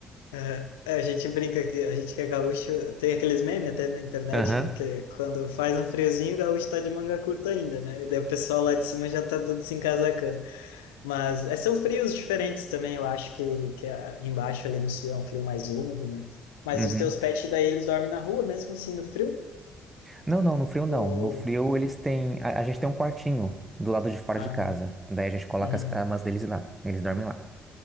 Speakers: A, on the left (about 75°); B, on the right (about 15°).
A: Aham. É, a gente brinca que a gente que é gaúcho tem aqueles memes até na internet,
B: Aham.
A: né? Que quando faz um friozinho, o gaúcho tá de manga curta ainda, né? E daí o pessoal lá de cima já tá todo se encasacando. Mas é, são frios diferentes também, eu acho que, que ah, embaixo ali no sul é um frio mais úmido, né? Mas
B: Uhum.
A: os teus pets daí eles dormem na rua mesmo assim no frio?
B: Não, não, no frio não.
A: Ou.
B: No frio eles têm. A, a gente tem um quartinho do lado de fora
A: Ah,
B: de casa. Daí a gente coloca
A: uhum.
B: as camas deles lá. Eles dormem lá.